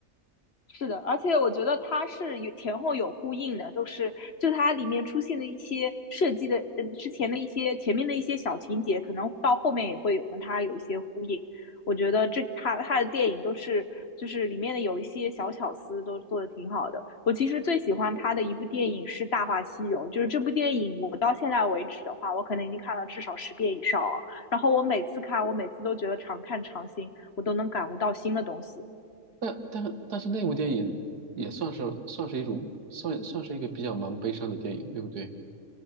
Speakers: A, on the left (about 45°); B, on the right (about 85°).
A: 是的，而且我觉得它是有前后有呼应的，都是就它里面出现的一些设计的，嗯，之前的一些前面的一些小情节，可能到后面也会有跟它有一些呼应。我觉得这他他的电影都是就是里面的有一些小巧思都做的挺好的。我其实最喜欢他的一部电影是《大话西游》，就是这部电影我到现在为止的话，我可能已经看了至少十遍以上了。然后我每次看，我每次都觉得常看常新，我都能感悟到新的东西。
B: 但但但是那部电影也算是算是一种算算是一个比较蛮悲伤的电影，对不对？